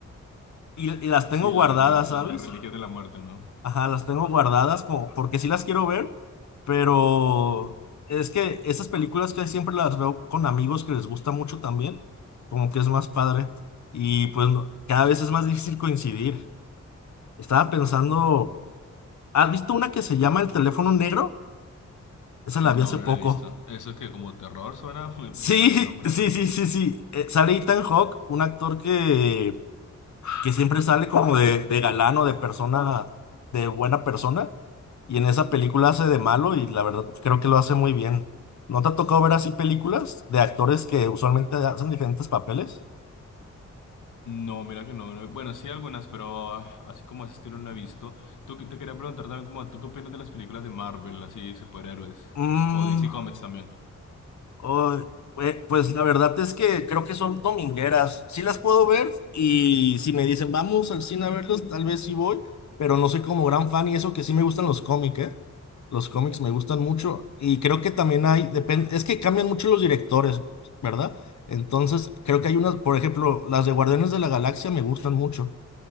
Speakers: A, on the left; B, on the left.
A: y, y las tengo
B: Sí,
A: guardadas,
B: las de, las
A: ¿sabes?
B: de Reliquias de la Muerte, ¿no?
A: Ajá, las tengo guardadas como porque sí las quiero ver, pero es que esas películas que siempre las veo con amigos que les gusta mucho también, como que es más padre y pues no- cada vez es más difícil coincidir. Estaba pensando, ¿has visto una que se llama El teléfono negro? Esa la vi
B: No,
A: hace poco.
B: no la he visto. ¿Eso es que como terror suena <laughs>
A: Sí,
B: por el nombre
A: <laughs> sí,
B: o...?
A: sí, sí, sí. Eh, sale Ethan Hawke, un actor que que siempre sale como de, de galán o de persona, de buena persona, y en esa película hace de malo y la verdad pues, creo que lo hace muy bien. ¿No te ha tocado ver así películas de actores que usualmente hacen diferentes papeles?
B: No, mira que no. no- Bueno, sí algunas, pero ah, así como ese estilo no he visto. Tú que- te quería preguntar también como, ¿tú qué opinas de las películas de Marvel, así, superhéroes?
A: Mm,
B: O DC Comics también.
A: Ay, pue- pues la verdad es que creo que son domingueras. Sí las puedo ver y si me dicen vamos al cine a verlos, tal vez sí voy, pero no soy como gran fan y eso que sí me gustan los cómics, ¿eh? Los cómics me gustan mucho y creo que también hay, depende, es que cambian mucho los directores, ¿verdad? Entonces creo que hay unas, por ejemplo, las de Guardianes de la Galaxia me gustan mucho,